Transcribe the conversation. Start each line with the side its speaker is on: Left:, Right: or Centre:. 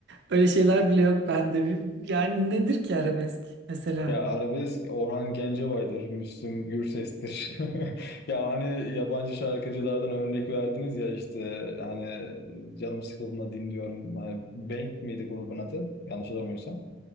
Right: Öyle şeyler bile yok bende. Bir- Yani nedir ki arabesk mesela?
Left: Ya arabesk Orhan Gencebay'dır, Müslüm Gürses'tir. <laughs> Ya hani yabancı şarkıcılardan örnek verdiniz ya işte hani canım sıkıldığında dinliyorum. Hani Bank miydi grubun adı? Yanlış hatırlamıyorsam.